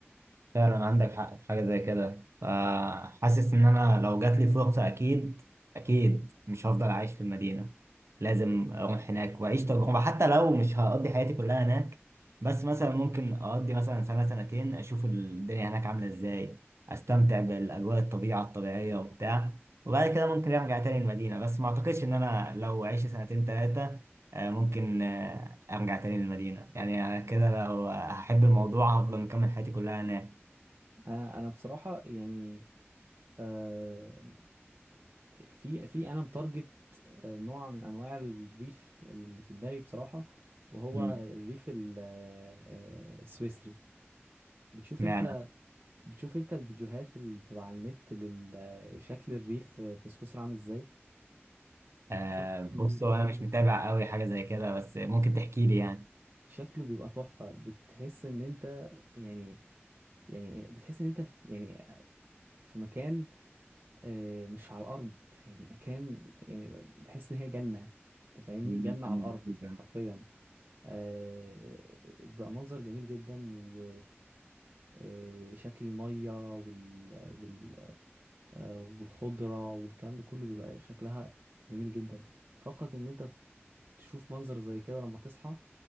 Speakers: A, on the right; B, on the right.
A: فعلا عندك حق في حاجة زي كده فحاسس إن أنا لو جات لي فرصة أكيد أكيد مش هفضل عايش في المدينة لازم أروح هناك وأعيش تجربة حتى لو مش هقضي حياتي كلها هناك بس مثلا ممكن أقضي مثلا سنة سنتين أشوف الدنيا هناك عاملة إزاي أستمتع بالأجواء الطبيعة الطبيعية وبتاع وبعد كده ممكن أرجع تاني المدينة بس ما أعتقدش إن أنا لو عشت سنتين تلاتة آه، ممكن آه، أرجع تاني للمدينة يعني أنا كده لو هحب الموضوع هفضل مكمل حياتي كلها هناك
B: أنا أنا بصراحة يعني آه، في في أنا متارجت آه، نوع من أنواع الريف اللي في دماغي بصراحة وهو
A: مم.
B: الريف ال- آه، آه، السويسري بتشوف
A: معنى
B: انت بتشوف انت الفيديوهات اللي بتبقى على النت لشكل الريف في سويسرا عامل ازاي
A: آه
B: شكله
A: بص هو انا مش متابع قوي حاجه زي كده بس ممكن تحكي لي يعني
B: شكله بيبقى تحفة بتحس ان انت يعني يعني بتحس ان انت في يعني في مكان آه، مش على الارض يعني مكان يعني بحس ان هي جنة انت فاهمني
A: مم،
B: جنة على
A: أنا
B: الارض
A: موجود يعني.
B: حرفيا آه، بيبقى المنظر جميل جدا و آه، شكل المية وال... وال... آه، والخضرة والكلام ده كله بيبقى شكلها جميل جدا فقط ان انت تشوف منظر زي كده لما تصحى